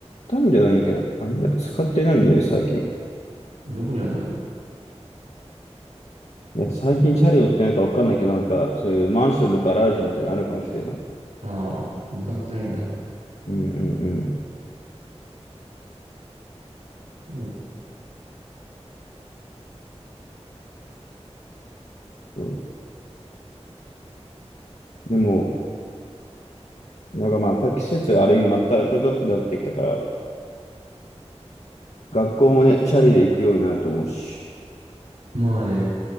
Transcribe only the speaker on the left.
たんじゃないっけど、あれだ、使ってないんだよね、最近。い
や、最近チャリ乗ってないかわかんないけど、なんか、そういうマンションのガラージみたいなのあるかもしれない。
うんうんうん。
そうでも、なんかまあ、やっぱ季節あれにまた暖かくなってきたから、学校もね、チャリで行くようになると思うし。